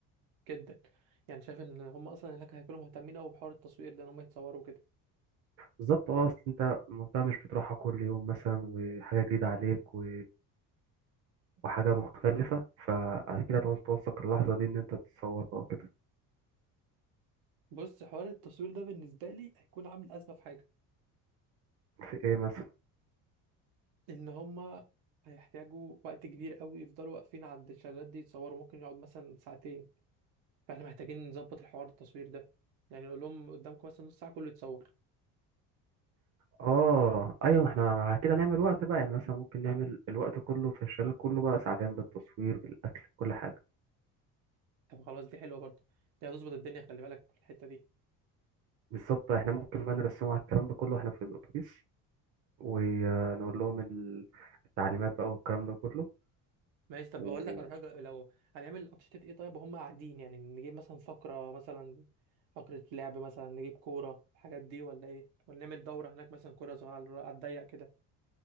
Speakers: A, on the right (about 85°); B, on the right (about 45°).
A: جدا يعني شايف إن هم أصلا هناك هيكونوا مهتمين أوي بحوار التصوير ده إن هم يتصوروا كده
B: بالظبط اه اصل انت المنطقة مش بتروحها كل يوم مثلا وحاجة جديدة عليك و... وحاجة مختلفة فأكيد هتعوز توثق اللحظة دي إن أنت تتصور بقى وكده
A: بص حوار التصوير ده بالنسبة لي هيكون عامل أزمة في حاجة
B: في إيه مثلا؟
A: إن هم هيحتاجوا وقت كبير أوي يفضلوا واقفين عند الشلالات دي يتصوروا ممكن يقعد مثلا ساعتين فاحنا محتاجين نظبط الحوار التصوير ده يعني نقول لهم قدامكم مثلا نص ساعه كله يتصور
B: آه أيوة ما إحنا على كده نعمل وقت بقى يعني مثلا ممكن نعمل الوقت كله في الشلال كله بقى ساعتين بالتصوير بالأكل كل حاجة
A: طب خلاص دي حلوه برضه دي هتظبط الدنيا خلي بالك في الحته دي
B: بالظبط إحنا ممكن بقى نرسمه على الكلام ده كله إحنا في الأتوبيس ونقول لهم ال- التعليمات بقى والكلام ده كله
A: ماشي طب
B: وممكن
A: بقول لك على حاجه لو هنعمل انشطه ايه طيب وهم قاعدين يعني نجيب مثلا فقره مثلا فقره لعب مثلا نجيب كوره الحاجات دي ولا ايه ولا نعمل دوره هناك مثلا كوره صغيره على على الضيق كده